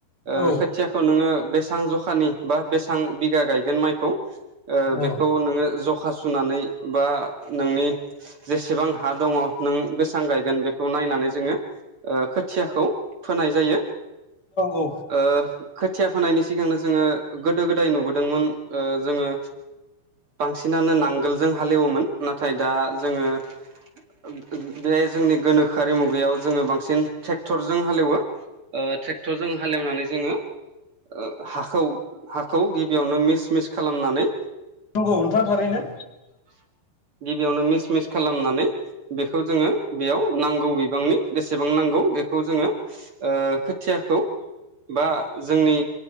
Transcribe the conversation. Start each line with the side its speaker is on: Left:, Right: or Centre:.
Right: ओ
Left: औ
Right: खोथिया खौ नोङो बेसां जखानि बा बेसेबां बिगा गायगोन माइखौ ओ बेखौ
Left: औ
Right: नोङो जखा सुनानै बा नोंनि जेसेबां हा दङ नों बेसेबां गायगोन बेखौ नायनानै जोङो ओ खोथियाखौ फोनाय जायो
Left: औ
Right: ओ खोथिया फोनायनि सिगांनो जोङो गोदो गोदाय नुबोदोंमोन ओ जोङो बांसिनानो नांगोलजों हालेवोमोन नाथाय दा जोङो ओं ओं बेहाय जोंनि गोनोखोआरि मुगायाव जोङो बांसिन ट्रेक क्टरजों हालेवो ओ ट्रेक्टरजों हालेवनानै जोङो ओ हाखौ हाखौ गिबियावनो मिस मिस खालामनानै
Left: नंगौ नोंथां थारैनो
Right: गिबियावनो मिस मिस खालामनानै बेखौ जोङो बेयाव नांगौ बिबांनि बेसेबां नांगौ बेखौ जोङो ओ खोथियाखौ बा जोंनि